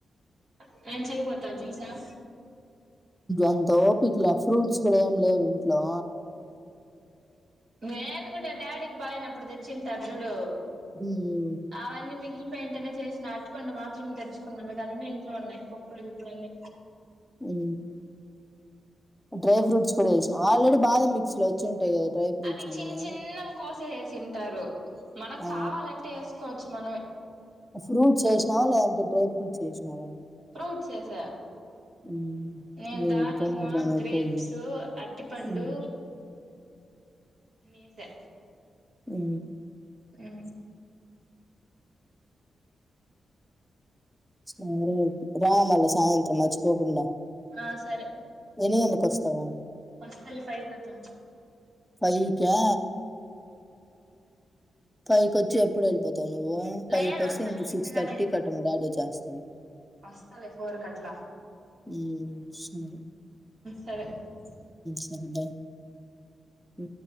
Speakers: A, on the right (about 50°); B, in the centre.
A: ట్రాన్సి అయిపోత జ్యూస్ హా
B: అంత ఓపికలా ఫ్రూట్స్ కూడా ఏం లేవు ఇంట్లో
A: నేను కూడా డాడీకి బాగాలేనప్పుడు తెచ్చి ఉంటారు చూడు
B: హ్మ్.
A: అవన్ని మగిలిపో వెంటనే చేసినా అరటి పండు మాత్రం తెచుకున్నా మిగతా అన్ని ఇంట్లో ఉన్నాయి పప్పులు గి ప్పులన్నీ
B: హు డ్రై ఫ్రూట్స్ కూడా ఏసావా ఆల్రెడీ బాధ మిక్సీ లో వచ్చి ఉంటాయి డ్రై ఫ్రూట్స్
A: అవి
B: అన్ని
A: చిన్న చిన్న కోసి వేసా తింటారు మనకు
B: ఆ
A: కావాలంటే యేసు కోచ్చు మనమే
B: ఫ్రూట్స్ వేసినావా లేదంటే డ్రై ఫ్రూట్స్ ఎసినావా
A: ఫ్రూట్స్ వేసా
B: మ్మ్.
A: నేను
B: ఇవి
A: దానిమ్మ గ్రేప్స్
B: ఇవి
A: అటిపండు
B: మ్మ్.
A: అన్ని ఎసా
B: హు
A: ఊ
B: సరే అయితే రా మల్ల సాయంత్రం మర్చిపోకుండా
A: ఆ సరే
B: ఎన్ని గంటలకు ఒస్తావు
A: వస్తలే ఫైవ్ కట్ల
B: ఫైవ్ క్యా పైకి వచ్చి ఎప్పుడు వెళ్ళిపోతావ్ వస్తావానువ్వు ఫైవ్
A: లేదు
B: ఫైవ్ వస్తే
A: వస్తాలే బిన్నగానే
B: సిక్స్ థర్టీ కట్ట మా బాబు వచ్చేస్తాడు
A: వస్తాలే ఫోర్ కట్లా
B: ఉహు సరే
A: సరే
B: సరే బ ఊ